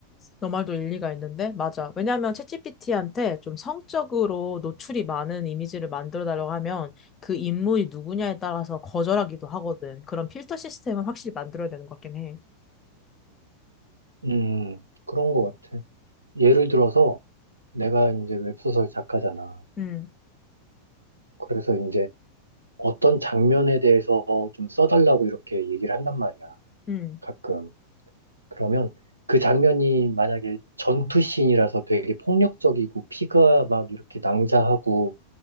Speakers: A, on the left; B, on the right.
A: 너 말도 일리가 있는데? 맞아. 왜냐하면 챗GPT한테 좀 성적으로 노출이 많은 이미지를 만들어 달라고 하면 그 인물이 누구냐에 따라서 거절하기도 하거든. 그런 필터 시스템을 확실히 만들어야 되는 것 같긴 해.
B: 음, 그런 것 같아. 예를 들어서 내가 이제 웹소설 작가잖아.
A: 음,
B: 그래서 이제 어떤 장면에 대해서 좀 써달라고 이렇게 얘기를 한단 말이야.
A: 음,
B: 가끔. 그러면 그 장면이 만약에 전투씬이라서 되게 폭력적이고 피가 막 이렇게 낭자하고